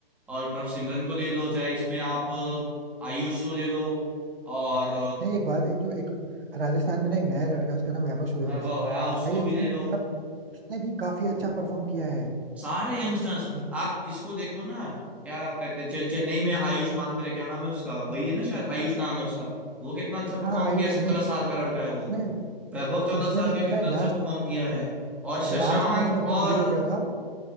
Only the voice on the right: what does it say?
नहीं एक बात एक जो एक राजस्थान में ना एक नया लड़का है, उसका नाम वैभव सूर्यवंशी
भाई
उसने
मतलब उसने भी काफी अच्छा परफॉर्म किया है
उसने
हाँ आयुष
चेन्नई से
परफॉर्म
उसने
उसने
भी
पता है
लास्ट
लास्ट मैच में
एकदम ये हो गया था